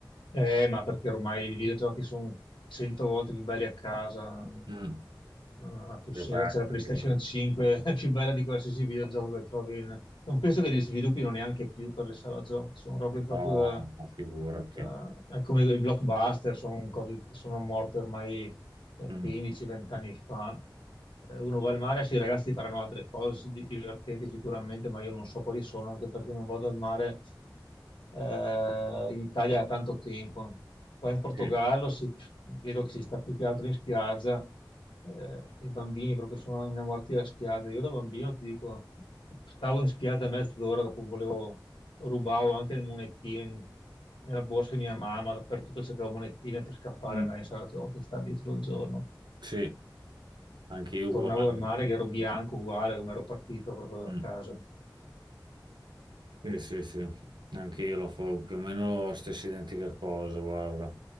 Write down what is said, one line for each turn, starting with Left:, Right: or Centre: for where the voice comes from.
Left: Eh, ma perché ormai i videogiochi sono cento volte più belli a casa,
Right: Mm.
Left: non ha più
Right: Che
Left: senso.
Right: va,
Left: C'è la
Right: perché
Left: PlayStation
Right: sono-
Left: 5, <laughs> è più bella di qualsiasi videogioco che trovi. in- Non penso che li sviluppino neanche più per le sale giochi, sono robe proprio
Right: No,
Left: da-
Right: ma figurati.
Left: da- è come i blockbuster, sono cose che sono morte ormai eh,
Right: Mm,
Left: 15-20 anni fa. Eh, Uno va al mare, sì, i ragazzi faranno altre cose sì, di- divertenti sicuramente, ma io non so quali sono, anche perché non vado al mare eh, in Italia da tanto tempo. Qua in Portogallo
Right: sì,
Left: si- vedo che si sta più che altro in spiaggia, eh, i bambini proprio sono innamorati della spiaggia. Io da bambino ti dico, stavo in spiaggia mezz'ora, dopo volevo, rubavo anche le monetine in- nella borsa di mia mamma, dappertutto cercavo monetine per scappare
Right: Mm,
Left: e andare in sala giochi, stare dietro il giorno.
Right: sì, anche io
Left: Tornavo
Right: uguale.
Left: dal mare che ero bianco uguale come ero partito proprio da
Right: Mm.
Left: casa.
Right: Sì, sì, sì, anche io lo fa più o meno la stessa identica cosa, guarda.